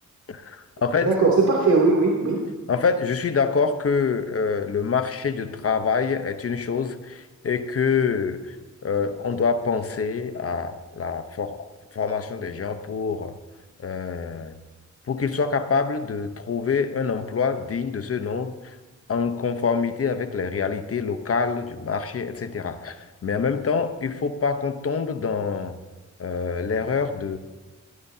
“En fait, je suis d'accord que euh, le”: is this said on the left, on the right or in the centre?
Left